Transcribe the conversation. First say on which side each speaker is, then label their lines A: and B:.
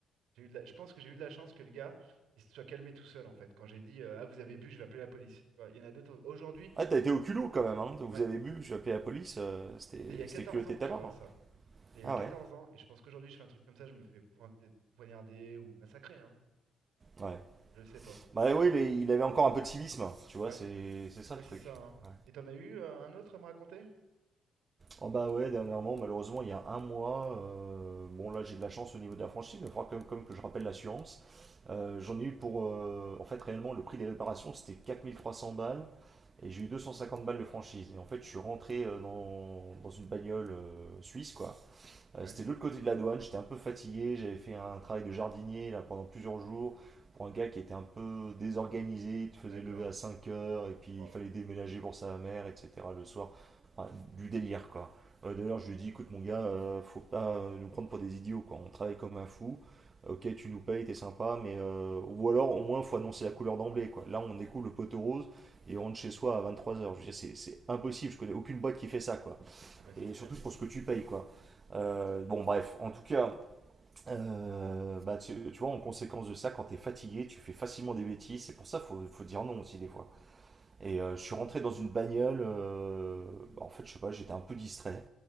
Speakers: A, on the right; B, on the right.
A: j'ai eu de la- je pense que j'ai eu de la chance que le gars, il se soit calmé tout seul, en fait. Quand j'ai dit, euh, ah, vous avez bu, je vais appeler la police. Tu vois, il y en a d'autres. Aujourd'hui,
B: Ah, t'as été au culot quand même, hein. Vous
A: ouais,
B: avez bu, j'ai appelé la police, euh, c'était,
A: c'était il y a 14
B: c'était culotté
A: ans,
B: de
A: tu
B: ta part.
A: vois,
B: hein.
A: ça. C'était il y
B: Ah
A: a 14
B: ouais,
A: ans, et je pense qu'aujourd'hui, je fais un truc comme ça, je me fais pointer, poignarder ou massacrer, hein.
B: ouais.
A: Je sais pas.
B: Bah
A: Et
B: oui,
A: toi, t-
B: il est- il avait encore un peu de civisme, tu vois,
A: ouais.
B: c'est, c'est ça
A: Ouais,
B: le truc.
A: c'est ça, hein.
B: Ouais.
A: Et t'en as eu euh, un autre à me raconter?
B: Oh bah ouais, dernièrement, malheureusement, il y a un mois, euh, bon là j'ai de la chance au niveau de la franchise, mais il faudra quand même, quand que je rappelle l'assurance. Euh, j'en ai eu pour, euh, en fait réellement, le prix des réparations c'était 4300 balles, et j'ai eu 250 balles de franchise. Et en fait, je suis rentré euh, dans, dans une bagnole euh, suisse, quoi,
A: Ouais,
B: euh, C'était de l'autre côté de la douane, j'étais un peu fatigué, j'avais fait un travail de jardinier là, pendant plusieurs jours pour un gars qui était un peu désorganisé, il te faisait
A: d'accord.
B: lever à 5 heures et puis
A: Oh
B: il
A: là
B: fallait
A: là.
B: déménager pour sa mère, etc. le soir. Enfin, du délire quoi. Euh, D'ailleurs, je lui ai dit écoute, mon gars, euh, faut pas euh, nous prendre pour des idiots quoi, on travaille comme un fou. Ok, tu nous payes, t'es sympa, mais euh, ou alors au moins faut annoncer la couleur d'emblée quoi. Là, on découvre le poteau rose et on rentre chez soi à 23h. Je veux dire, c'est c'est impossible, je connais aucune boîte qui fait ça quoi
A: Ah bah c'est
B: et
A: clair.
B: surtout pour ce que tu payes, quoi. Euh, bon, bref, en tout cas, euh, bah, tu, tu vois, en conséquence de ça, quand t'es fatigué, tu fais facilement des bêtises. C'est pour ça qu'il faut, faut dire non aussi, des fois. Et euh, je suis rentré dans une bagnole. euh, bah, en fait, je sais pas, j'étais un peu distrait.